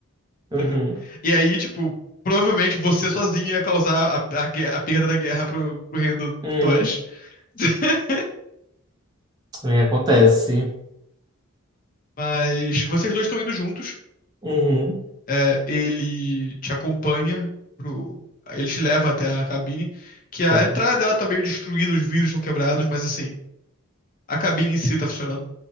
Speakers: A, on the right; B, on the left.
A: Uhum,
B: entendeu? E aí, tipo, provavelmente você sozinho ia causar a, a gue- a perda da guerra pro, pro reino do
A: uhum.
B: do Oeste. <laughs>
A: É, acontece.
B: Mas vocês dois estão indo juntos.
A: Uhum.
B: É, ele te acompanha pro. Ele te leva até a cabine. Que
A: Certo.
B: a entrada dela tá meio destruída, os vidros estão quebrados, mas assim, a cabine em si tá funcionando.